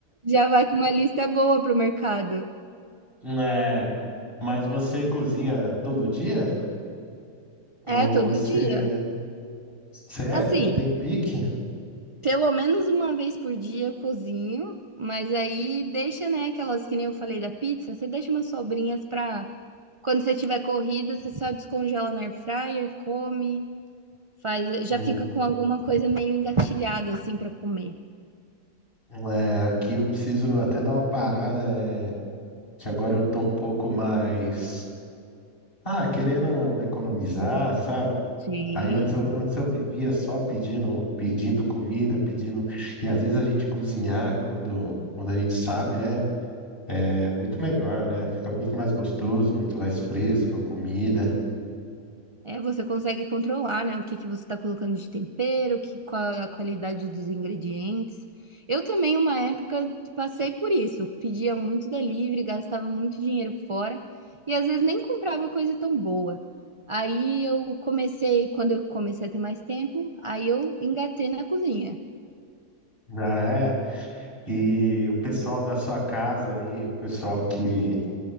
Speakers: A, on the right (about 25°); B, on the left (about 30°).
A: Já vai com uma lista boa pro mercado.
B: É, mas você cozinha todo dia? Ou
A: É, todo
B: você...
A: dia.
B: Sério?
A: Assim,
B: Tem pique?
A: pelo menos uma vez por dia eu cozinho, mas aí deixa, né, aquelas que nem eu falei da pizza, você deixa umas sobrinhas pra. Quando você tiver corrida, você só descongela na air fryer, come, faz,
B: Hum,
A: já fica com alguma coisa meio engatilhada assim para comer.
B: É, aqui eu preciso até dar uma parada, é, que agora eu tô um pouco mais... Ah, querendo economizar, sabe?
A: Sim.
B: Aí antes eu, antes eu vivia só pedindo, pedindo comida, pedindo. E às vezes a gente cozinhar quando, quando a gente sabe, né? É muito melhor, né? Fica muito mais gostoso, muito mais fresco a comida.
A: É, você consegue controlar, né, o que que você está colocando de tempero, que, qual é a qualidade dos ingredientes. Eu também, uma época, passei por isso. Pedia muito delivery, gastava muito dinheiro fora e às vezes nem comprava coisa tão boa. Aí eu comecei, quando eu comecei a ter mais tempo, aí eu engatei na cozinha.
B: Já é. E o pessoal da sua casa aí, o pessoal que,